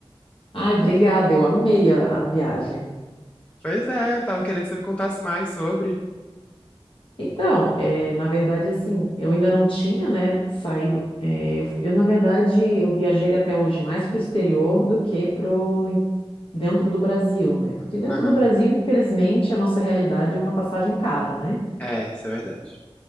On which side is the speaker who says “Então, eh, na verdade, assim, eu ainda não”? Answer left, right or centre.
Left